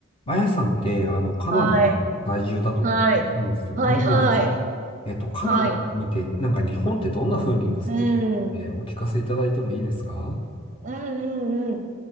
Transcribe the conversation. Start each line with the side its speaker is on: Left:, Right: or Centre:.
Left: あやさんって、あの、カナダ
Right: はい。
Left: 在住だとお聞きしたんですけども、
Right: はい。はい、はい。
Left: えっと、カナダから見て、
Right: はい。
Left: なんか日本ってどんな風に映ってるかってお聞かせいただいてもいいですか
Right: うん。うん、うん、うん